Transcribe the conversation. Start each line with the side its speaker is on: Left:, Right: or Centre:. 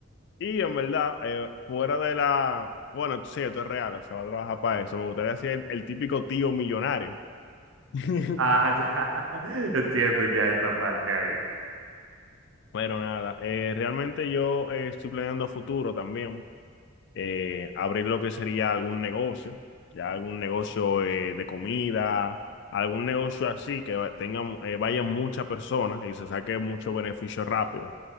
Left: Y en verdad, eh, fuera de la, bueno, sí, esto es real, se va a trabajar para eso. Me gustaría ser el el típico tío millonario. <laughs>
Right: Ajá, ya. <laughs> Entiendo ya esa parte ahí.
Left: Bueno, nada, eh, realmente yo eh, estoy planeando a futuro también eh, abrir lo que sería algún negocio, ya algún negocio eh, de comida, algún negocio así que va- tenga, eh, vayan muchas personas y se saque mucho beneficio rápido,